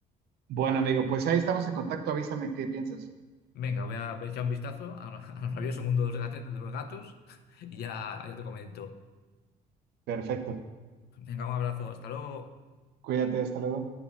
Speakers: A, on the right; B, on the left.
A: Bueno, amigo, pues ahí estamos en contacto. Avísame qué piensas.
B: Venga, voy a voy a echar un vistazo a- <laughs> al maravilloso mundo de los gate- de los gatos y ya, ya te comento.
A: Perfecto.
B: Venga, un abrazo, hasta luego.
A: Cuídate, hasta luego.